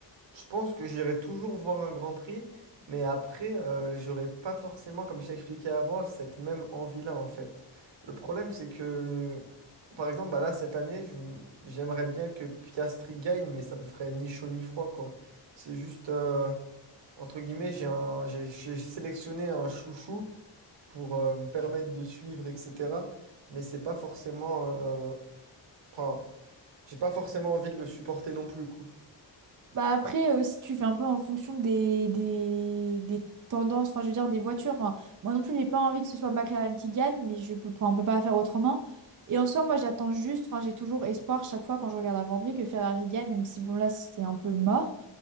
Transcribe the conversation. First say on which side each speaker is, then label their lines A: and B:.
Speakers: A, on the right (about 80°); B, on the right (about 45°).
A: je pense que j'irai toujours voir un Grand Prix, mais après, euh, j'aurai pas forcément, comme je t'ai expliqué avant, cette même envie-là en fait. Le problème, c'est que, par exemple, bah là, cette année, je m- j'aimerais bien que Piastri gagne, mais ça me ferait ni chaud ni froid, quoi. C'est juste, euh, entre guillemets, j'ai un, j'ai j'ai sélectionné un chouchou pour euh, me permettre de suivre, etc. Mais c'est pas forcément. euh, Enfin, j'ai pas forcément envie de le supporter non plus, quoi.
B: Bah après aussi tu fais un peu en fonction des, des, des tendances, enfin je veux dire des voitures. Enfin, moi non plus j'ai pas envie que ce soit McLaren qui gagne, mais je peux pas, on peut pas faire autrement. Et en soi moi j'attends juste, enfin j'ai toujours espoir chaque fois quand je regarde un Grand Prix que Ferrari gagne, même si bon là c'est un peu mort.